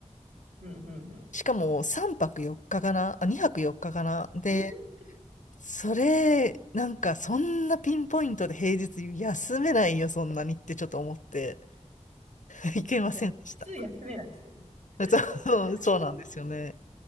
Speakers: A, on the right (about 65°); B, on the left (about 80°).
A: うんうんうん。
B: しかも3泊4日かかな、あ、2泊4日かかな。で、
A: い
B: それ、なんかそんなピンポイントで平日休めないよ、そんなにってちょっと思って、<laughs> いけませんでした。
A: や、普通休めないですよね。
B: <laughs> そう、
A: <laughs>
B: そうなんですよね。